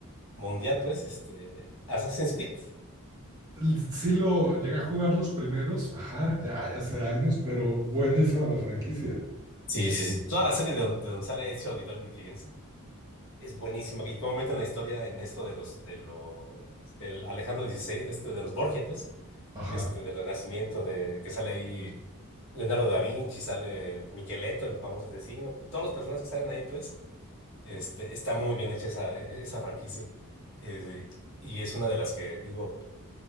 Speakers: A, on the left (about 60°); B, on the right (about 15°).
A: mundial, pues, este, Assassin's Creed.
B: El- Sí lo llegué a jugar los primeros, ajá, ya hace años, pero buenísima la franquicia,
A: Sí, sí, sí. Toda la serie de, don- de donde sale Ezio Auditore y Firenze es buenísima. Y cómo meten la historia en esto de los, de los, del Alejandro XVI, de este, de los Borgia, pues.
B: ajá.
A: este, del Renacimiento, de que sale ahí Leonardo da Vinci, sale el Micheletto, el famoso asesino, todos los personajes que salen ahí, pues, este, está muy bien hecha esa, e- esa franquicia. Eh, y es una de las que digo,